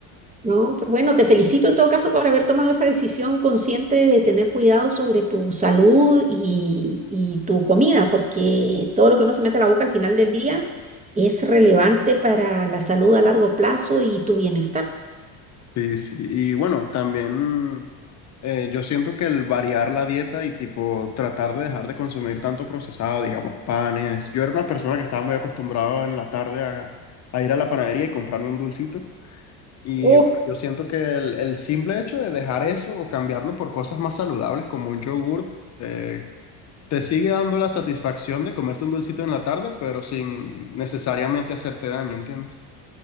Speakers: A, on the right; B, on the left.
A: No, qué bueno, te felicito en todo caso por haber tomado esa decisión consciente de tener cuidado sobre tu salud y, y tu comida, porque todo lo que uno se mete a la boca al final del día es relevante para la salud a largo plazo y tu bienestar.
B: Sí, sí. Y bueno, también eh, yo siento que el variar la dieta y tipo tratar de dejar de consumir tanto procesado, digamos, panes. Yo era una persona que estaba muy acostumbrado en la tarde a, a ir a la panadería y comprarme un dulcito. Y
A: Oh,
B: bueno, yo siento que el, el simple hecho de dejar eso o cambiarlo por cosas más saludables como un yogur, eh, te sigue dando la satisfacción de comerte un dulcito en la tarde, pero sin necesariamente hacerte daño, ¿entiendes?